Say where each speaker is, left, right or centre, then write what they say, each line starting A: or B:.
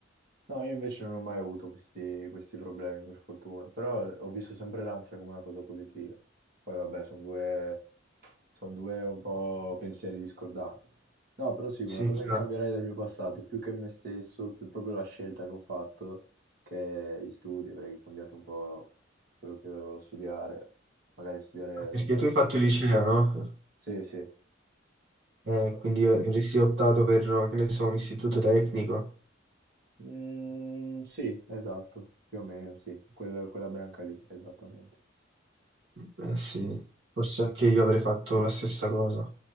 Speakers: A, on the right; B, on the right.
A: No, io invece non ho mai avuto questi, questi problemi, per fortuna. Però ho visto sempre l'ansia come una cosa positiva. Poi vabbè, sono due, sono due un po' pensieri discordanti. No, però sì, una
B: Sì,
A: cosa
B: chiaro.
A: che cambierei del mio passato, più che me stesso, più proprio la scelta che ho fatto, che gli studi, avrei cambiato un po' quello che dovevo studiare. Magari studiare,
B: Perché
A: non lo so.
B: tu hai fatto il liceo, no?
A: Sì, sì,
B: Eh,
A: esatto.
B: quindi avresti optato per, che ne so, un istituto tecnico?
A: Mm, sì, esatto, più o meno, sì, quella, quella branca lì, esattamente.
B: Eh sì, forse anche io avrei fatto la stessa cosa.